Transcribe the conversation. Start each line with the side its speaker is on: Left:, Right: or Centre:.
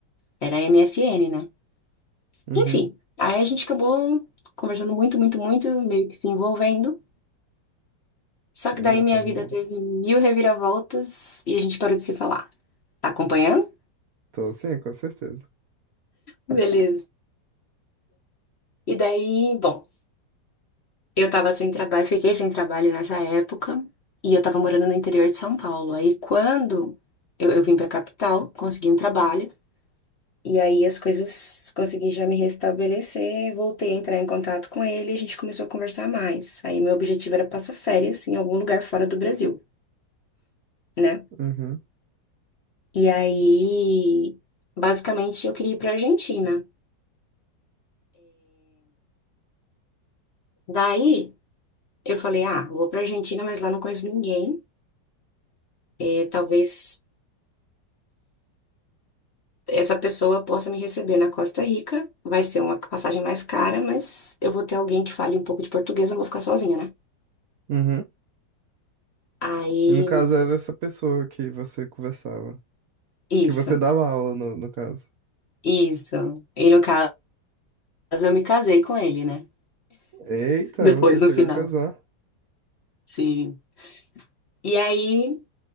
Left: Era MSN, né?
Right: uhum.
Left: Enfim, aí a gente acabou conversando muito, muito, muito, meio que se envolvendo. Só
Right: Entendi.
Left: que daí minha vida teve mil reviravoltas e a gente parou de se falar. Tá acompanhando?
Right: Tô sim, com certeza.
Left: Beleza. E daí, bom. Eu tava sem trabalho, fiquei sem trabalho nessa época e eu tava morando no interior de São Paulo. Aí quando eu, eu vim pra capital, consegui um trabalho e aí as coisas consegui já me restabelecer, voltei a entrar em contato com ele e a gente começou a conversar mais. Aí meu objetivo era passar férias em algum lugar fora do Brasil, né?
Right: Uhum,
Left: E aí, basicamente, eu queria ir pra Argentina. Daí eu falei, ah, vou pra Argentina, mas lá não conheço ninguém. É, talvez essa pessoa possa me receber na Costa Rica. Vai ser uma passagem mais cara, mas eu vou ter alguém que fale um pouco de português, eu não vou ficar sozinha, né?
Right: uhum.
Left: Aí,
Right: No caso, era essa pessoa que você conversava,
Left: isso,
Right: que você dava aula, no, no caso.
Left: isso. E no caso, eu me casei com ele, né?
Right: Eita,
Left: Depois,
Right: você chegou
Left: no final.
Right: a casar.
Left: Sim. E aí,